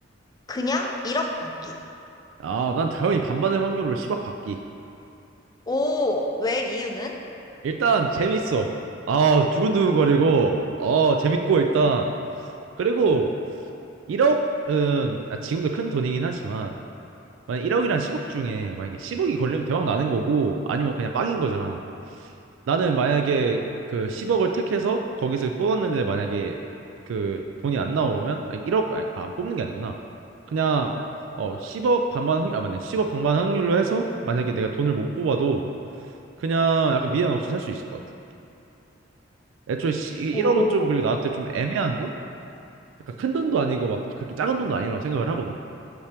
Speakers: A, on the left (about 20°); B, on the right (about 85°).
A: 그냥 1억 받기.
B: 아, 난 당연히 반반의 확률로 10억 받기.
A: 오, 왜 이유는?
B: 일단 재밌어. 아, 두근두근거리고, 어, 재밌고 일단.
A: 음.
B: 그리고 1억은 아, 지금도 큰 돈이긴 하지만 만약 1억이랑 10억 중에 만약에 10억이 걸리면 대박 나는 거고 아니면 그냥 빵인 거잖아. 나는 만약에 그 10억을 택해서 거기서 뽑았는데 만약에 그 돈이 안 나오면 아니 1억 아니, 아, 뽑는 게 아니구나. 그냥 어 10억 반반 확률 아 맞네. 10억 반반 확률로 해서 만약에 내가 돈을 못 뽑아도 그냥 약간 미련 없이 살 수 있을 것 같아. 애초에 1억은
A: 오,
B: 좀 그리고 나한테 좀 애매한 돈? 약간 큰 돈도 아니고 막 그렇게 작은 돈도 아니라고 생각을 하거든.